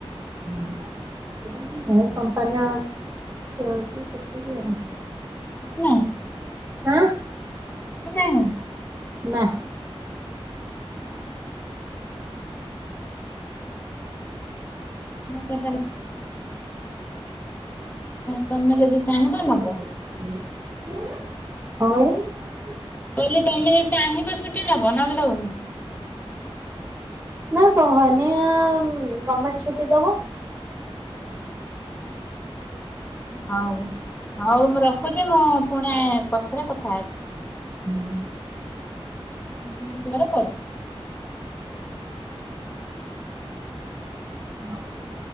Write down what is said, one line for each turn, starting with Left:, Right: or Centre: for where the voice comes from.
Right: ଏ କମ୍ପ ମ୍ପାନୀ ଆ ଯାଉଛି ସେଠିକି ଆଉ।
Left: ନାଇଁ।
Right: ଆଁ
Left: କି ନାହିଁ?
Right: ନା।
Left: ତମ ତମେ ଯଦି ଚାହିଁବ
Right: କଣ
Left: ନବ।
Right: କହିଦ?
Left: କହିଲି ତମେ ଯଦି ଚାହିଁବ ଛୁଟି ନବ ନହେଲେ ଦଉନି।
Right: ନା କହନି ଆଉ ଗମେଣ୍ଟ ଛୁଟି ଦବ।
Left: ହଉ ହଉ ହଉ ମୁଁ ରଖୁଛି ମୁଁ ଫୁଣି ପଛରେ କଥା ହେବି।
Right: ହୁଁ।
Left: <unintelligible> ପରେ କରୁଚି।
Right: ଆଉ ପ